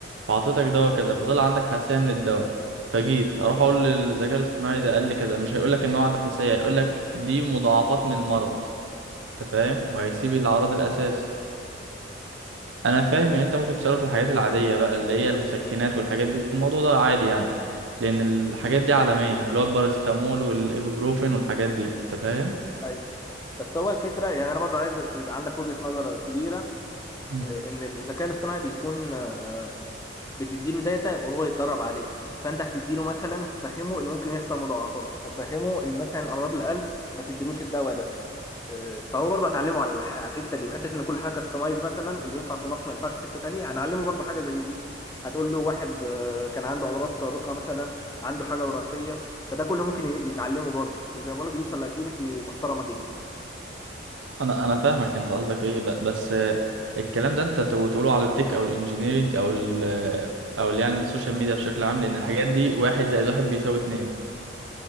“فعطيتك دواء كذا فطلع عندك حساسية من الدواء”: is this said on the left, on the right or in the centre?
Right